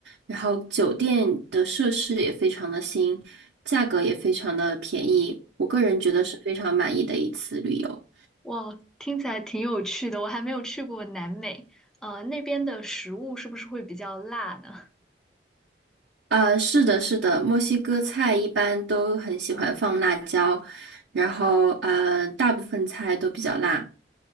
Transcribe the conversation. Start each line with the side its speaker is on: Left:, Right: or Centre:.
Right: 然后酒店的设施也非常的新，价格也非常的便宜，我个人觉得是非常满意的一次旅游。
Centre: 哇，听起来挺有趣的，我还没有去过南美。呃，那边的食物是不是会比较辣呢？
Right: 啊，是的，是的，墨西哥菜一般都很喜欢放辣椒，然后呃，大部分菜都比较辣。